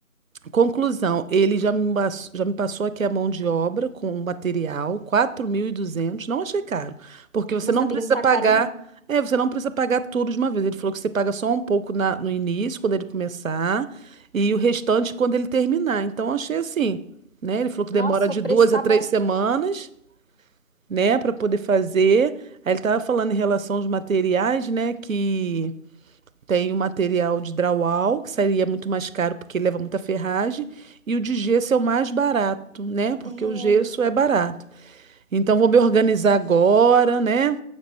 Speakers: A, on the right (about 70°); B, on the left (about 45°).
A: Conclusão, ele já me, mas- já me passou aqui a mão de obra com o material, 4.200, não achei caro, porque você
B: Nossa,
A: não
B: amiga,
A: precisa
B: não tá
A: pagar,
B: caro, não.
A: é, você não precisa pagar tudo de uma vez. Ele falou que você paga só um pouco na- no início, quando ele começar, e o restante quando ele terminar. Então achei assim, né? Ele falou que
B: Nossa,
A: demora de
B: o preço
A: duas
B: tá
A: a três
B: bom.
A: semanas, né, para poder fazer. Aí ele estava falando em relação aos materiais, né, que tem o material de drywall, que seria muito mais caro porque leva muita ferragem, e o de gesso é o mais barato, né? Porque
B: É,
A: o gesso é barato. Então vou me organizar agora, né?